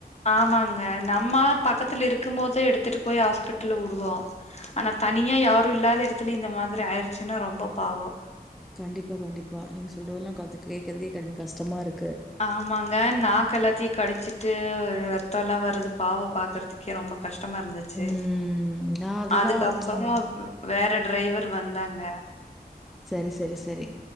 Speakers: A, on the left; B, in the centre.
A: ஆமாங்க நம்ம பக்கத்துல இருக்கும் போதே எடுத்துட்டு போய் ஹாஸ்பிட்டல்ல விடுவோ ஆனா தனியா யாரும் இல்லாத இடத்துல இந்த மாதிரி ஆயிடுச்சுன்னா ரொம்ப பாவோ
B: கண்டிப்பா கண்டிப்பா நீங்க சொல்றதெல்லா கொஞ்ச கேட்கறதுக்கே கொஞ்சோ கஷ்டமா இருக்கு
A: ஆமாங்க நா க்க எல்லாத்தையு கடிச்சிட்டு ரத்தோ எல்லா வர்றது பாவோ பாக்குறதுக்கே ரொம்ப கஷ்டமா இருந்துச்சு
B: ம் நான் அதுதான்
A: அதுக்கப்பறோ
B: ம்
A: வேற டிரைவர் வந்தாங்க
B: சரி சரி சரி